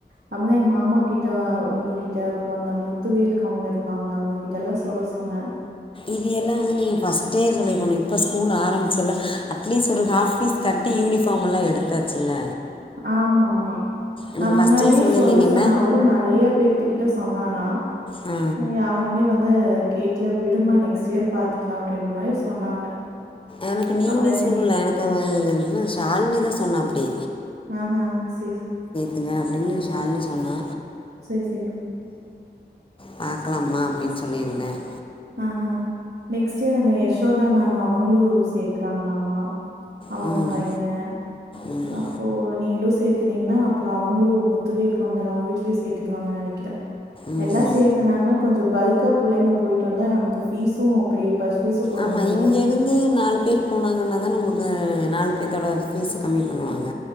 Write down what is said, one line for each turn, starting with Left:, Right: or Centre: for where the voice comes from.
Right: அப்புடுதா எங்க மாமா கிட்ட உங்க கிட் ட அப்ற அ அந்த முத்துவேல் கவுண்ட இருக்காங்களா அவங்க கிட்ட எல்லா சொல்ல சொன்னே
Left: இது எல்லா வந்து நீங்க பஸ்ட்டே சொல்லிருக்கணு இப்ப சொ ஸ்கூல் ஆரம்புச்சில அட்லீஸ்ட் ஒரு ஹாஃப் பீஸ் கட்டி யூனிஃபாம் எல்லா எடுத்தாச்சுல்ல
Right: ஆமா மா மா
Left: நீங்கள்
Right: நா முன்னாடியே
Left: ஃபஸ்ட்டே சொல்லியிருந்தீங்கன்னா
Right: சொல்ல சொன்ன அவரும் நெறைய பேர்துக்கிட்ட ஸ் சொன்னாரா
Left: ஆ
Right: அ யாருமே வந் து கேக்ல விடுமா நெக்ஸ்ட் இயர் பாத்துக்கலா அப்டின்ற மாரி சொன்னாங்க
Left: எனக்கு நீங்க
Right: அப்ப
Left: சொல்லுல எனக்கு அவ இது ஷால்னி இத சொன்னாப்பிடி
Right: ம் ஹும் சேப்
Left: அங்க அப்டின்னு ஷால்னி சொன்னா
Right: சேரி சேரிங்
Left: பாக்கலமா அப்டின் சொல்லிருந்தேன்
Right: ஆ ஹ நெக்ஸ்ட் இயர் அந்த யசோதா மேம் அவ் அவுங்ளு சேத்துறாங்ளாமா அவுங்க
Left: ஆ, ம்
Right: பையனை
Left: ம்
Right: அப்போ நீங்களு சேத்துனீங்கன்னா அப் அவுங்களு முத்துவேல் கவுண்டர் அவுங்க வீட்லயே சேத்திரு வாங்கனு நினைக்கிறேன்
Left: ம்
Right: எல்லா
Left: ம்
Right: சேத்துனாங்கன்னா கொஞ்ச பல்கா புள்ளைங்க டு வந்தா நமக்கு பீஸும் அப்டியே பஸ் ஃபீஸு கொறஞ்சிரு
Left: ஆமா இங்க இருந்து நாலு பேரு போனாங்கன்னா தான உங்களுக் அ நாலு பேத்தோட பீஸ் கம்மி பண்ணுவாங்க